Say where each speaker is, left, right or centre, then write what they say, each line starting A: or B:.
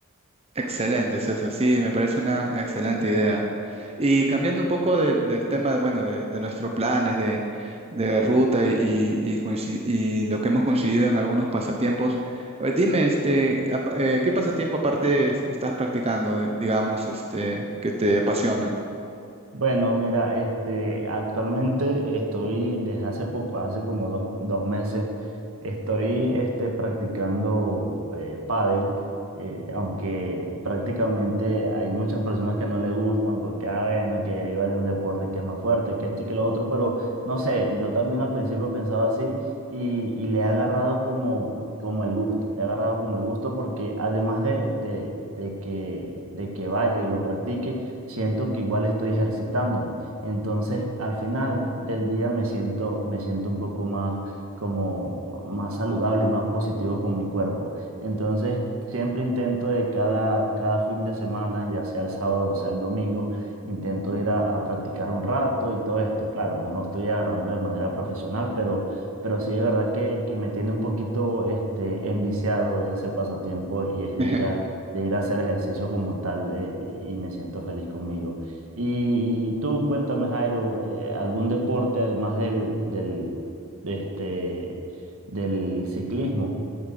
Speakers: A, on the right; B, on the right.
A: Excelente, César. Sí, me parece una excelente idea. Y cambiando un poco del del tema, de, bueno, de, de nuestros planes de, de ruta y, y, coinci- y lo que hemos coincidido en algunos pasatiempos, eh, dime, este, apa- eh, ¿qué pasatiempo aparte es- estás practicando, eh, digamos, este, que te apasione?
B: Bueno, mira, este, actualmente estoy desde hace poco, hace como dos, dos meses, estoy este, practicando eh, pádel, eh, aunque prácticamente hay muchas personas que no le gustan porque, ah, bueno, que deriva de un deporte que es más fuerte, que esto y que lo otro, pero no sé, yo también al principio pensaba así y, y le he agarrado como, como el gusto, le he agarrado como el gusto porque además de, de, de que, de que vaya y lo practique, siento que igual estoy ejercitándome. Entonces, al final del día me siento, me siento un poco más como más saludable y más positivo con mi cuerpo. Entonces, siempre intento de cada, cada fin de semana, ya sea el sábado o sea el domingo, intento ir a, a practicar un rato y todo esto. Claro, no lo estoy agarrando de manera profesional, pero, pero sí de verdad que, que me tiene un poquito este, enviciado ese pasatiempo y es de
A: <laughs>
B: ir a de ir a hacer ejercicio como tal eh, y me siento feliz conmigo. Y, y tú cuéntame, Jairo, eh, ¿algún deporte además del, del, de este, del ciclismo?